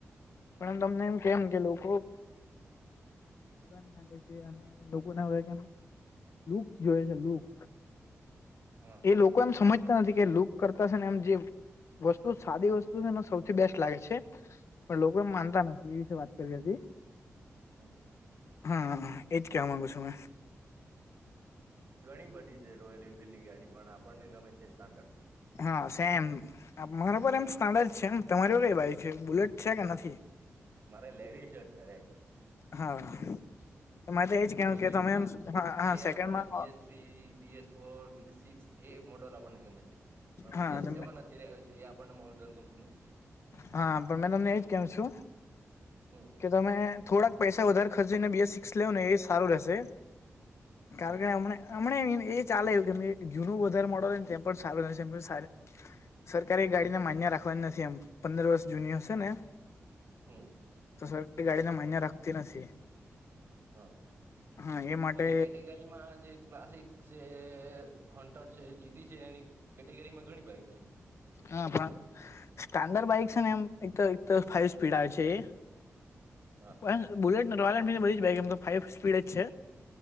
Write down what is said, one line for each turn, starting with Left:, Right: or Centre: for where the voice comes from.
Left: પણ
Right: હા
Left: તમને એમ કેમ કે લોકો એના લીધે અને લોકોને હવે કેમ લુક જોયે છે લુક.
Right: હહ
Left: એ લોકો એમ સમજતા નથી કે લુક કરતા શેને એમ જે વસ્તુ સાદી વસ્તુ છે ને સૌથી બેસ્ટ લાગે છે પણ લોકો એમ
Right: હમ
Left: માનતા નથી એ વિશે વાત કરી હતી.
Right: હમ
Left: હા, એજ કેવા માંગુ છું મે.
Right: ઘણી બધી છે રોયલ એન્ફિલ્ડની ગાડી પણ આપણને ગમે છે સ્ટાન્ડર્ડ.
Left: હા, સેમ‌. અમારા પર એમ સ્નાડ જ છે એમ તમારી કઈ બાઈક છે બુલેટ છે કે નથી?
Right: મારે લેવી છે અત્યારે
Left: હા તો માર તો એજ કેવાનું
Right: સેકન્ડમાં
Left: કે તમે હા
Right: જે
Left: સેકન્ડમાં
Right: આપણને BS
Left: અ
Right: three, B S four, B S six એ મોડલ આપણને ગમે છે. પણ બી
Left: હા
Right: એસ
Left: તમે
Right: સેવન અત્યારે આયો છે. તે આપણને મોડલ ગમતું નથી.
Left: હા પણ મે તમને એજ કેઉં છું
Right: હમ
Left: કે તમે થોડાક પૈસા વધારે ખર્ચીને બે સિક્સ લ્યો ને એ સારું રહેશે. કારણ
Right: હમ
Left: કે હમણે હમણે એ ચાલે એવું કે જૂનું વધારે મોડલ હોય ને તે એમ પણ સારું રહે છે એમ કે સારી સરકારી ગાડીને માન્ય રાખવાની નથી એમ. પંદર વર્ષ જૂની હશે ને
Right: હમ
Left: તો સરકારી ગાડીને માન્ય રાખતી નથી.
Right: હા
Left: હા એ માટે
Right: એની કેટેગરીમાં જે ક્લાસિક સે હન્ટર છે, જીટી છે એની કેટેગરીમાં ઘણી બાઈક છે.
Left: હા પણ સ્ટાન્ડર્ડ બાઈક છે ને એમ એક તો ફાઈવ સ્પીડ આવે છે એ.
Right: હા
Left: પણ બુલેટને રોયલ એફીડ બધી બાઈક એમ તો ફાઈવ સ્પીડ જ છે